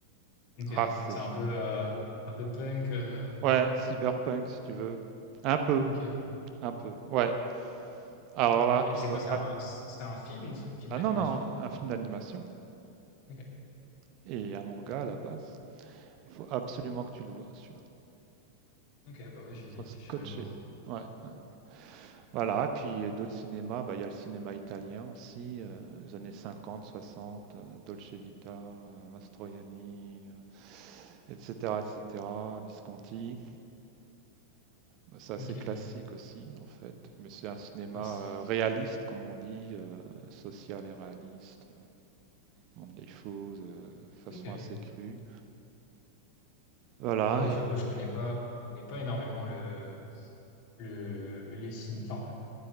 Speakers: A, on the left (about 45°); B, on the right (about 40°).
A: Ok,
B: Ah, c'est...
A: c'est
B: gé-
A: un peu, euh, un peu punk. euh,
B: Ouais, cyberpunk si tu veux. Un peu,
A: Ok,
B: un peu. Ouais, Alors
A: ok,
B: là,
A: ok. Et
B: il faut
A: c'est quoi? C'est
B: ab-
A: un, c'est un film ou c'est un film
B: ah
A: d'animation?
B: non, non, un film d'animation
A: Ok,
B: et un manga à la base. Il faut absolument que tu le vois, celui-là.
A: ok, bah ouais,
B: Là,
A: j'ai-
B: tu seras scotché.
A: j'irai voir.
B: Ouais, ouais. Voilà, puis euh, d'autres cinémas, bah, il y a le cinéma italien aussi, euh, les années 50, 60, euh, Dolce Vita, euh, Mastroianni, euh, etc., etc., Visconti. Bah, C'est assez
A: Ok,
B: classique aussi, en fait, mais c'est un cinéma
A: ouais, c'est-
B: euh, réaliste, comme on dit, euh, social et réaliste, montre des choses euh, de façon
A: ok.
B: assez crue. Voilà
A: Bah Ouais, j'avoue,
B: et
A: je connais pas, je connais pas énormément le, le, les signes. Enfin,